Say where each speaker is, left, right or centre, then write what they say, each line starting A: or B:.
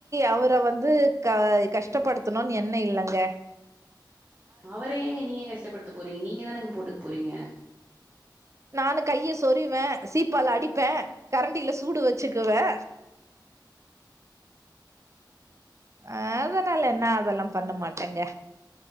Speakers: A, on the right; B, on the right.
A: அவர வந்து க கஷ் டப்படுத்தணுன்னு எண்ணொ இல்லங்க
B: அவர ஏங்க நீங்க கஷ்டப்படுத்த போறீங்க நீங்க தானேங்க போட்டுக் போறீங்க
A: நானு கைய சொறிவே சீப்பால அடிப்ப கரண்டில சூடு வச்சுக்குவே அ அதனால நா அதெல்லா பண்ண மாட்டேங்க